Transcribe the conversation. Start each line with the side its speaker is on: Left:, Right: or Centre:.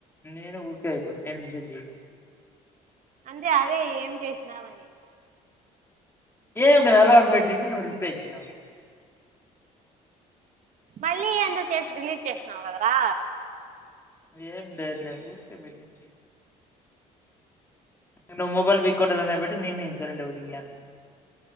Left: నేను ఊరికే అయిపోతు నేను మిసేజ్ చెయ్యలే
Right: అంటే అదే ఏం చేసినావని
Left: ఏం ఇ ఎలవరం పోయింట ను రిప్లలేయన్నా
Right: మళ్ళీ ఎంతో చేసి డిలీట్ డ చేసినావు కదరా
Left: ఏం లే లే ఊరికే పెట్టిన నువ్వు మొబైల్ ఇక్క రనే పెట్టి నిను గోరింటాపెడతా